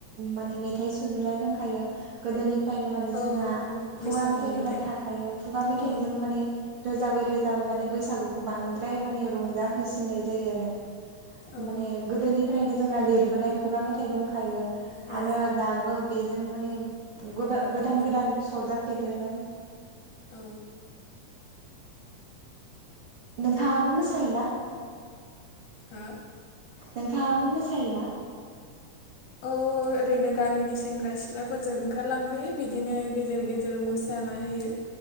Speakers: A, on the right; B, on the left.
A: माने मेथाइ सुजुनाय दोनखायो गोदोनि फ्रायनो माने जोंना
B: औ औ बैसागो
A: खुगा मेथाइफोरा
B: मेथाइ
A: थाखायो खुगा मेथाइजों
B: औ
A: माने रोजाबै रोजाबै माने बैसागुखौ बांद्राय माने रंजा होसिननाय जायो आरो।
B: औ
A: माने गोदोनिफ्रायनो जोंना लिरबोनाय खुगा मेथाइ दंखायो।
B: औ
A: आरो दाबो बेजों माने गोदान
B: उम
A: गोदान सरजाब <unintelligible>
B: औ।
A: नोंथाङाबो मोसायो ना?
B: ना हो
A: नोंथाङाबो मोसायो ना?
B: औ ओरैनो गामिनि सेंग्रा सिख्लाफोरजों ओंखारलांफायो बिदिनो गेजेर गेजेर मोसाना होयो।